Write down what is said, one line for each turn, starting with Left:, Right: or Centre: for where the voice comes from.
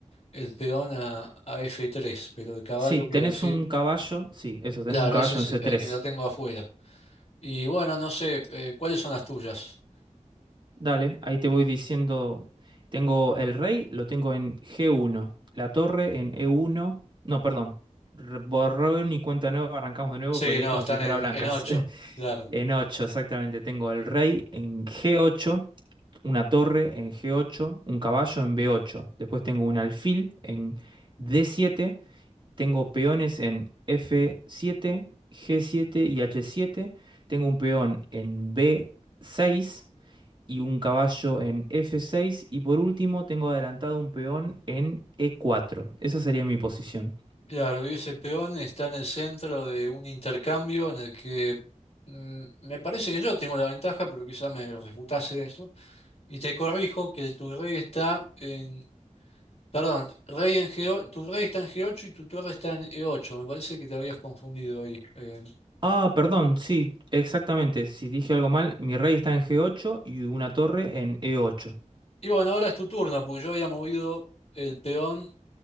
Left: el peón a, a F3, pero el caballo
Right: Sí, tenés
Left: quiero decir,
Right: un caballo. Sí, eso, tenés
Left: claro,
Right: un caballo
Left: ese es
Right: en C3.
Left: el que lo tengo afuera. Y bueno, no sé, eh, ¿cuáles son las tuyas?
Right: Dale, ahí te voy diciendo. Tengo el rey, lo tengo en G1. La torre en E1. No, perdón. re- Borrón y cuenta nueva, arrancamos de nuevo,
Left: Sí,
Right: pues leí
Left: no,
Right: como
Left: están
Right: si fuera
Left: en,
Right: blancas.
Left: en ocho
Right: <laughs>
Left: claro.
Right: En 8 exactamente. Tengo el rey en G8, una torre en G8, un caballo en B8. Después tengo un alfil en D7. Tengo peones en F7, G7 y H7. Tengo un peón en B6 y un caballo en F6. Y por último, tengo adelantado un peón en E4. Esa sería mi posición.
Left: Claro, y ese peón está en el centro de un intercambio en el que mm, me parece que yo tengo la ventaja, pero quizá me refutase esto. Y te corrijo que tu rey está en... Perdón, rey en G, tu rey está en G8 y tu torre está en E8. Me parece que te habías confundido ahí. Eh,
Right: Ah, perdón, sí, exactamente. Si dije algo mal, mi rey está en G8 y una torre en E8.
Left: y bueno, ahora es tu turno, porque yo había movido el peón